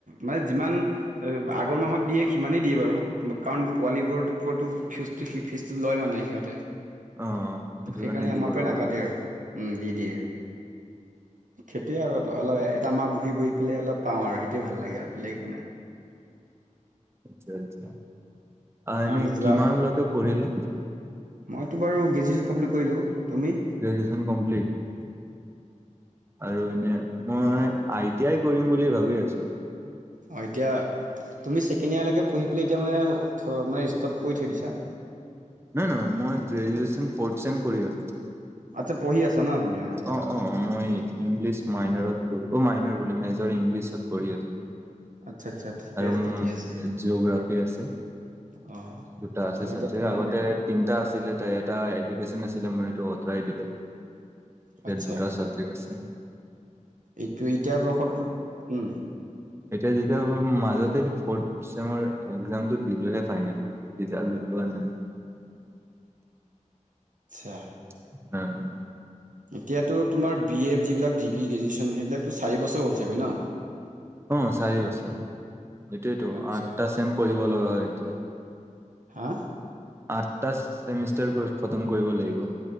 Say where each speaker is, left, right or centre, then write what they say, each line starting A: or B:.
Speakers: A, on the right (about 80°); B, on the right (about 20°).
A: মানে যিমান আগৰ মাহত দিয়ে সিমানেই দিয়ে বাৰু। কাৰণ পোৱালিবোৰৰ ওপৰতো ফিজটো স ফিজটো লয় মানে সিহঁতে
B: অ' সেইটো
A: সেইকাৰণে
B: কাৰণে দিব
A: আমাৰ পৰাই
B: লগা
A: নাকাটে
B: হয়।
A: আৰু। উম দি দিয়ে সেইটো য়ে আৰু অলপ এটা মাহ বহি, বহি পেলাই অলপ পাওঁ আৰু সেইটোৱে ভাল লাগে আৰু বেলেগ একো নাই।
B: আচ্ছা, আচ্ছা
A: কাৰণ
B: এনেই
A: যোৱা
B: কিমান লকে পঢ়িলে?
A: মইতো বাৰু গ্ৰেজুৱেচন কমপ্লিট কৰিলোঁ, তুমি?
B: Graduation complete? আৰু এনে মই আই টি আই কৰিম বুলি ভাবি আছোঁ।
A: অ', এতিয়া তুমি ছেকেণ্ড ইয়াৰলৈকে পঢ়ি পেলাই এতিয়া মানে মানে ষ্টপ কৰি থৈ দিছা।
B: নাই নহয় মই গ্ৰেজুয়চন ফৰ্থ চেম কৰি আছো।
A: আচ্ছা পঢ়িছ না তুমি অ।
B: অ অ মই ইংলিছ মাইনাৰত পঢ়ো অ মাইনাৰ বোলে মেজৰ ইংলিছত পঢ়ি আছো।
A: আচ্ছা আচ্ছা। ঠিকে
B: আৰু
A: আছে ঠিকে আছে
B: জিঅগ্ৰাফি আছে
A: অ
B: দুটা আছে
A: তোমাৰ
B: চাবজেক্ট
A: এতিয়া তেনেহলে
B: আগতে তিনিটা আছিলে তাৰে এটা এডুকেশ্যন আছিলে মোৰ সেইটো আঁতৰাই দিলে। ইয়াত
A: আচ্ছা
B: দুটা চাবজেক্ট আছে।
A: এইটো এতিয়া বৰ্ষটোত উম।
B: এতিয়া যেতিয়া মাজতে ফৰ্থ ছেমৰ একজামটো দিলোহে ফাইনেল ৰিজালটো পোৱা নাই।
A: আচ্ছা।
B: <inaudible>
A: এতিয়াতো তোমাৰ বি এ যিবিলাক ডিগ্ৰী গ্ৰেজুৱেশ্যন সেইবিলাকতো চাৰ বছৰ হ'ল ছাগৈ ন?
B: অ চাৰি বছৰ এইটোৱেতো
A: আচ্ছা
B: আঠটা চেম পঢ়িব লগা হয় এতিয়া।
A: হা?
B: আঠটা চেমিষ্টাৰ খতম কৰিব লাগিব।